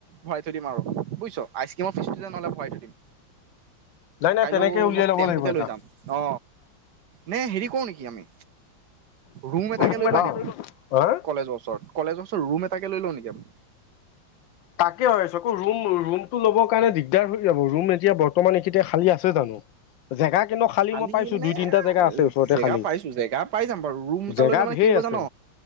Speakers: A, on the right; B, on the left.
A: ভৰাই থৈ দিম আৰু বুজিছ আইচক্ৰীমৰ ফিচ নহলে ভৰাই থৈ দিম
B: নাই নাই
A: কাইলৈ
B: তেনেকে উলিয়াই
A: মই
B: ল'ব
A: টেম্পুতে
B: লাগিব এটা
A: লৈ যাম অ নে হেৰি কৰো নেকি আমি ৰুম এটাকে
B: হুম
A: লৈ
B: এটা
A: লওঁ নেকি
B: হা
A: কলেজৰ ওচৰত কলেজৰ ওচৰত ৰুম এটাকে লৈ লওঁ নেকিি
B: তাকে চকৌ ৰুম ৰুমটো ল'বৰ কাৰণে দিগদাৰ হৈ যাব ৰুম এতিয়া বৰ্তমান এইখিনয়া খালী আছে জানো জেগা কিন্তু খালী
A: খালি
B: মই পাইছো
A: মানে
B: দুই তিনিটা জেগা আছে ওচৰতে
A: জেগা
B: খালী
A: পাইছো জেগা পাই যাম বাৰু ৰুম এটা
B: জেগা
A: ললে মানে
B: ঢেৰ
A: কি ক
B: আছে।
A: জা ন